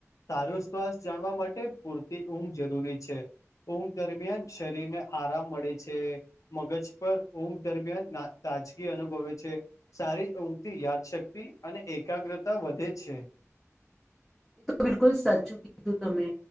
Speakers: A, on the left; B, in the centre.
A: સારું શ્વાસ જાણવા માટે પૂરતી ઊંઘ જરૂરી છે. ઊંઘ દરમિયાન શરીર ને આરામ મળે છે મગજ પર ઊંઘ દરમિયાન નાતા રાજકી અનુભવે છે સારી ઊંઘ થી યાદશક્તિ અને એકાગ્રતા વધે છે.
B: એ તો બિલકુલ સાચું કીધું તમે